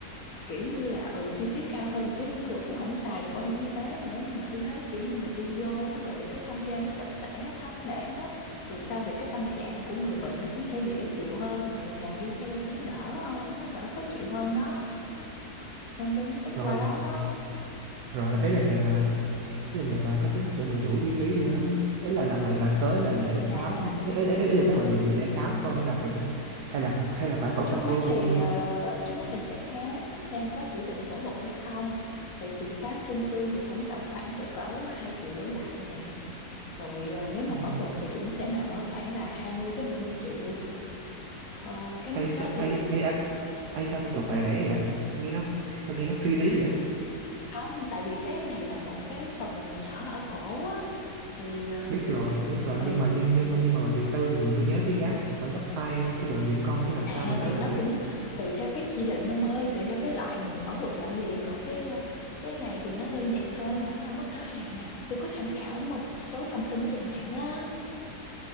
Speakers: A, on the left; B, on the right.
A: kiểu như là ừ chi phí cao hơn xíu cũng được cũng không xài được bảo hiểm y tế nữa nhưng mà tôi thấy kiểu như mình đi vô á, rồi cái không gian nó sạch sẽ thoáng đãng á dù sao thì cái tâm trạng của người bệnh nó cũng sẽ dễ chịu hơn mà người nhà đi theo cũng đỡ hơn á đỡ khó chịu hơn đó nên tôi mới tính
B: rồi
A: qua đó
B: là
A: đó
B: Rồi ấy là nhà bà ý là nhà bà có tính chuẩn bị đủ chi phí chưa? á? Ý là lần này là tới là để khám
A: à
B: ấy ý, ý ý là tới bệnh viện chỉ để khám thôi hay là phải hay là hay là phải phẫu
A: trước
B: thuật
A: mắt
B: luôn
A: thì
B: như như
A: ờ, trước mắt thì sẽ khám xem có chỉ định phẫu thuật hay không thì tiền khám xương xương thì cũng đã khoảng cỡ cỡ 2 triệu đổ lại nè rồi ờ, nếu mà
B: ừ.
A: phẫu thuật thì cũng sẽ nằm ở khoảng là 20 tới ba mươi triệu Ờ, cái
B: ấy
A: mức
B: sao
A: đó thì
B: ấy ấy ấy ấy sao phẫu thuật lại rẻ vậy? Nghe nó sao nghe nó phi lý vậy?
A: không tại vì cái này là một cái phần nhỏ ở cổ á thì ờ,
B: Biết rồi, biết rồi nhưng
A: ừ
B: mà nhưng nhưng mà nhưng mà bệnh viện tư thường thường tôi nhớ cái giá nó cũng phải gấp hai cái bệnh viện công chứ làm
A: à
B: sao mà nó
A: thì
B: lại
A: nó
B: được.
A: cũng tùy theo cái chỉ định ông ơi tùy theo cái loại mình phẫu thuật là gì còn cái ờ, cái này thì nó đơn giản hơn nó ở mức đó hà tôi có tham khảo một số thông tin trên mạng á